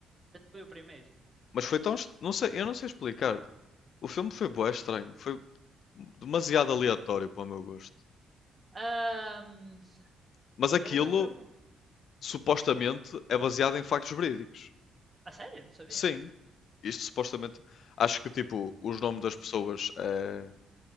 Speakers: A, on the right; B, on the left.
A: Eu só vi o primeiro.
B: Mas foi tão, est- não sei, eu não sei explicar. O filme foi bué estranho, foi demasiado aleatório para o meu gosto.
A: Ahm,
B: Mas aquilo
A: eu lembro-me.
B: supostamente é baseado em factos verídicos.
A: A sério? Não sabia.
B: Sim, isto supostamente Acho que tipo, os nomes das pessoas é